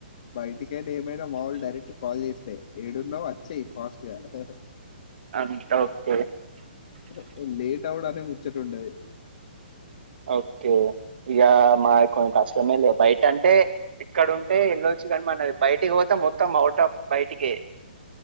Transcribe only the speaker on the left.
బయటికే ఏమైనా మా వాళ్లు డైరెక్ట్ కాల్ చేస్తే ఏడు న్నావ్ అని వచ్చేయ్ ఫాస్ట్ గా అంటారు
లేట్ ఇంట్ల గుడా అదే ముచ్చట ఉంటది